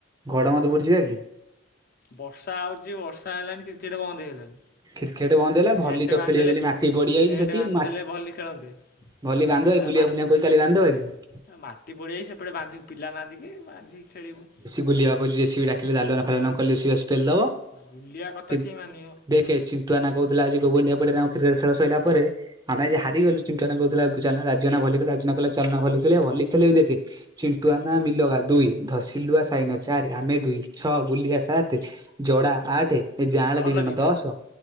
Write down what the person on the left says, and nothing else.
ବର୍ଷା ହଉଛି ବର୍ଷା ହେଲାଣି କ୍ରିକେଟ୍ ବନ୍ଦ ହେଇଗଲାଣି।
ନେଟ୍
ବାନ୍ଧିଦେଲେ
ନେଟ୍
ବାନ୍ଧିଦେଲେ
ଭଲି ଖେଳନ୍ତେ।
ନେଟ୍
ଟା
ମା
ମାଟି ପଡ଼ିଯାଇଛି ସେପଟେ ବାନ୍ଧିବୁ ପିଲା ନାହାନ୍ତି ବାନ୍ଧିକି ଖେଳିବୁ।
ବୁଲିବା କଥା
କିଏ ମାନିବ
ଧନ
ଦିଟା